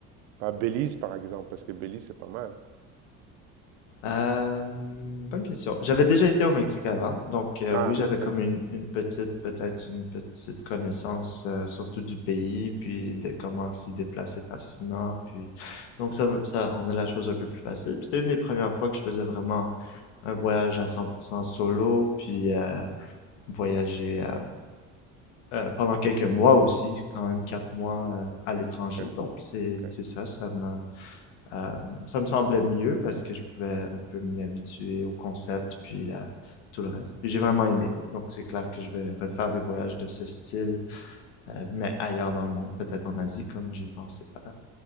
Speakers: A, on the right; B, on the left.
A: pas Belize, par exemple? Parce que Belize, c'est pas mal.
B: Euh, bonne question. J'avais déjà été au Mexique avant, donc euh,
A: Ah,
B: oui, j'avais
A: ok,
B: comme une, une petite, peut-être une petite connaissance, euh, surtout du pays, puis de comment s'y déplacer facilement, puis donc ça, me- ça rendait la chose un peu plus facile. Puis c'était une des premières fois que je faisais vraiment un voyage à 100% solo, puis euh, voyager euh, euh, pendant quelques mois aussi, quand même quatre mois euh, à l'étranger.
A: ok,
B: Donc c'est
A: ok.
B: c'est ça, ça m'a euh, ça me semblait mieux parce que je pouvais un peu m'y habituer au concept, puis à tout le reste. Puis j'ai vraiment aimé. Donc c'est clair que je vais refaire des voyages de ce style, euh, mais ailleurs dans le monde, peut-être en Asie comme j'ai pensé faire.